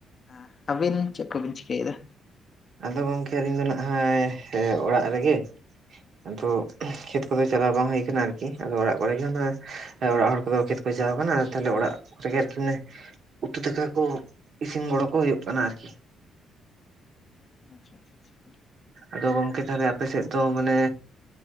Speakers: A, on the left; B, on the right.
A: ᱟᱸ ᱟᱹᱵᱤᱱ ᱪᱮᱫ ᱠᱚᱵᱤᱱ ᱪᱤᱠᱟᱹᱭᱮᱫᱟ?
B: ᱟᱫᱚ ᱜᱚᱢᱠᱮ ᱟᱹᱞᱤᱧ ᱫᱚ ᱱᱟᱜᱦᱟᱭ ᱚᱲᱟᱜ ᱨᱮᱜᱮ ᱟᱫᱚ ᱠᱷᱮᱛ ᱠᱚᱫᱚ
A: ᱟᱪᱪᱷᱟ
B: ᱪᱟᱞᱟᱣ ᱵᱟᱝ ᱦᱩᱭ ᱠᱟᱱᱟ ᱟᱨ -ᱠᱤ ᱟᱫᱚ ᱚᱲᱟᱜ ᱠᱚᱨᱮ ᱜᱮ ᱚᱱᱟ ᱦᱮᱸ ᱚᱲᱟᱜ ᱦᱚᱲ ᱠᱚᱫᱚ ᱠᱷᱮᱛ ᱠᱚ ᱪᱟᱣ ᱠᱟᱱᱟ ᱛᱟᱦᱚᱞᱮ ᱚᱲᱟᱜ ᱠᱚᱨᱮᱜ ᱜᱮ ᱟᱨᱠᱤ ᱢᱟᱱᱮ ᱩᱛᱩ ᱫᱟᱠᱟ ᱠᱚ ᱤᱥᱤᱱ ᱜᱚᱲᱚ ᱠᱚ ᱦᱩᱭᱩᱜ ᱠᱟᱱᱟ ᱟᱨᱠᱤ᱾
A: <unintelligible>
B: ᱟᱫᱚ ᱜᱚᱢᱠᱮ ᱛᱟᱦᱚᱞᱮ ᱟᱯᱮᱥᱮᱫ ᱫᱚ ᱢᱟᱱᱮ